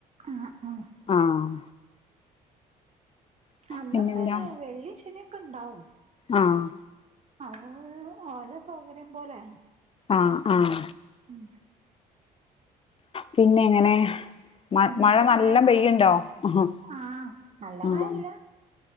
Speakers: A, on the right; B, on the left.
A: ആ ഹ്ആഹ്
B: ആഹ്
A: നമ്മളിവിടെ
B: പിന്നെന്താ
A: വെള്ളി ശനിയൊക്കെണ്ടാവും
B: ആഹ്
A: അത് ഓല സൗകര്യം പോലെ
B: ആഹ് ആഹ്
A: ഉം
B: പിന്നെങ്ങനെ മ
A: പിന്നെ
B: മഴ
A: ഇപ്പൊ
B: നല്ല
A: ഉണ്ടോ
B: പെയ്യുണ്ടോ ആഹ്
A: ആഹ് നല്ല
B: ആഹ്
A: മഴല്ല